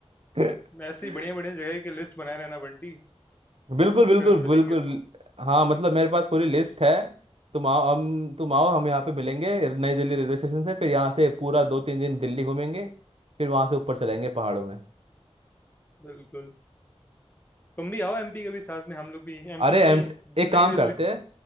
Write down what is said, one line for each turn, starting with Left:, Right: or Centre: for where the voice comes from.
Right: <laughs>
Left: ऐसे ही बढ़िया-बढ़िया जगह की लिस्ट बनाए रहना बंटी,
Right: बिल्कुल बिल्कुल
Left: फिर हम मिलेंगे
Right: बिल्कुल
Left: तो।
Right: हाँ मतलब मेरे पास पूरी लिस्ट है तुम आओ हम तुम आओ हम यहाँ पे मिलेंगे नई दिल्ली रेलवे स्टेशन से फिर यहाँ से पूरा दो तीन दिन दिल्ली घूमेंगे फिर वहाँ से ऊपर चलेंगे पहाड़ों में
Left: बिल्कुल। तुम भी आओ एमपी कभी साथ में हम लोग भी एमपी
Right: अरे एम
Left: में
Right: एक काम
Left: नई दिल्ली
Right: करते हैं